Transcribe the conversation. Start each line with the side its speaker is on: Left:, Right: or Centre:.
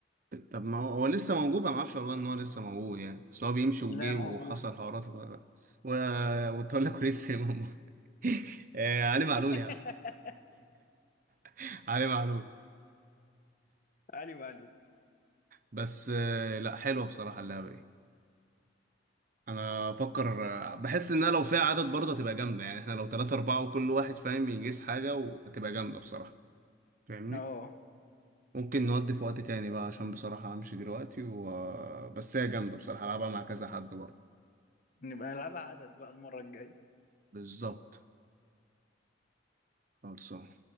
Right: طب ما هو هو لسه موجود انا ما اعرفش والله ان هو لسه موجود يعني بس هو بيمشي وجه
Left: لا موجود
Right: وحصل حوارات و... و... وتولى كويس يا ماما <laughs> آه، علي معلول
Left: <laughs>
Right: يا عم <laughs> علي معلول
Left: علي معلول
Right: بس آه، لا حلوه بصراحه اللعبه دي انا افكر بحس ان أنا لو فيها عدد برضه هتبقى جامده يعني احنا لو ثلاثة أربعة وكل واحد فاهم يجيس حاجه وهتبقى جامده بصراحه فاهمني
Left: اه
Right: ممكن نودي في وقت تاني بقى عشان بصراحه همشي دلوقتي و... بس هي جامده بصراحه العبها مع كذا حد برضه
Left: نبقى نلعبها عدد بقى المرة الجاية
Right: بالظبط خلصان